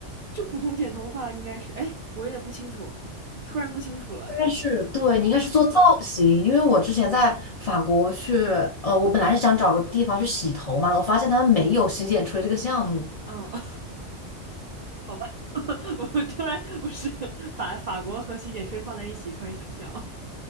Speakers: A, on the right; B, on the left.
A: 就普通剪头发应该是，哎，我有点不清楚，突然不清楚了。
B: 应该是对，你应该是做造型，因为我之前在法国去，呃，我本来是想找个地方去洗头嘛，我发现他们没有洗剪吹这个项目，
A: 嗯，<laughs> 好吧，<laughs> 我突然不是把法国和洗剪吹放在一起，突然想笑。